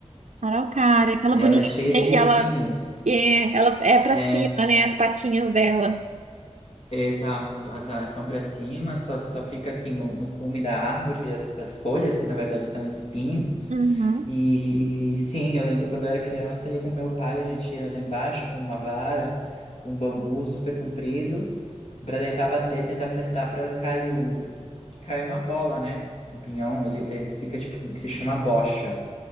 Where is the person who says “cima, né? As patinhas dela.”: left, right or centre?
Right